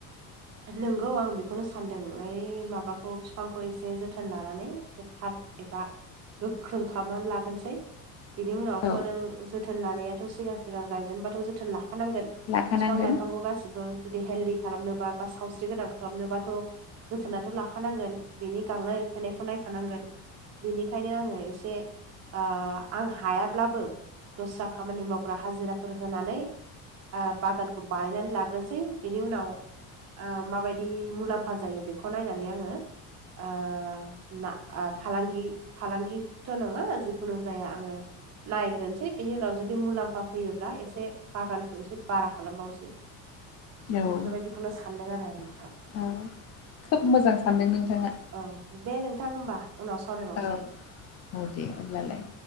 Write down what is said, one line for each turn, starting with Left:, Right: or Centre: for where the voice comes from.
Right: नंगौ आं बेखौनो सानदों ओइ माबाखौ बिफांखौ एसे जोथोन लानानै एसे फाब एबा गोख्रों खालामनानै लागोनोसै बिनि उनावथ'
Left: औ
Right: नों जोथोन लानायाथ' सिगां सिगां गायजेनबाथ' जोथोन लाखानांगोन बिफां
Left: लाखानांगोन
Right: लाइफांखौ गासिबो जुदि हेलदि खालामनोबा बा सावस्रि गोनां खालामनोबाथ' जोथोनाथ' लाखानांगोन बिनि गांनाय उखैनायखौ नायखानांगोन बेनिखायनो आङो एसे ओ आं हायाब्लाबो दस्रा खामानि मावग्रा हाजिराफोर होनानै ओ बागानखौ बानायनानै लाग्रोसै बिनि उनाव ओ माबायदि मुलाम्फा जायो बेखौ नायनानै आङो ओ ना ओ फालांगि फालांगिथ' नङा जिखुनु जाया आङो नायग्रोनोसै बेनि उनाव जुदि मुलाम्फा फैयोब्ला एसे बागानखौ एसे बारा खालामबावनोसै <inaudible>
Left: औ औ
Right: बेफोरबायदिखौनो सानदों आरो आं नोंथां
Left: खोब मोजां सानदों नोंथाङा।
Right: औ दे नोंथां होमबा उनाव सावरायबावनोसै
Left: औ। औ दे अब्लालाय।